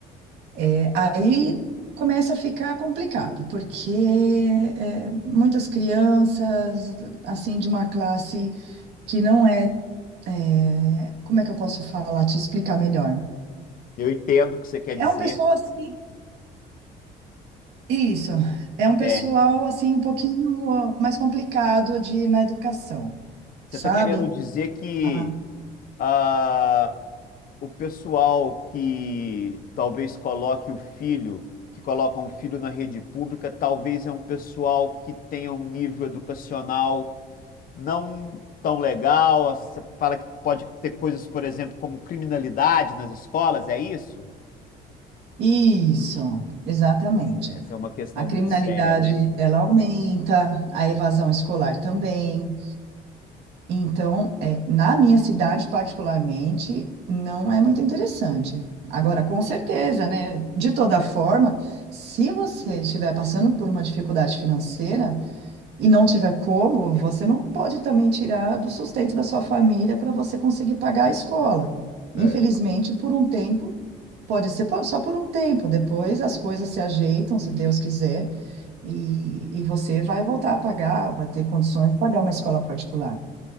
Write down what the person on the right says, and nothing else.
é, aí começa a ficar complicado, porque é, muitas crianças, assim, de uma classe que não é, é, como é que eu posso falar, te explicar melhor?
É
um pessoal assim, isso, é um pessoal
assim um pouquinho mais complicado de na educação.
sabe?
Ah,
Isso, exatamente.
A criminalidade,
ela aumenta, a evasão escolar também. Então, é, na minha cidade, particularmente, não é muito interessante. Agora, com certeza, né? De toda forma, se você estiver passando por uma dificuldade financeira e não tiver como, você não pode também tirar do sustento da sua família para você conseguir pagar a escola. Infelizmente,
por um tempo. Pode ser po- só por um tempo, depois as coisas se ajeitam, se Deus quiser, e, e você vai voltar a pagar, vai ter condições de pagar uma escola particular,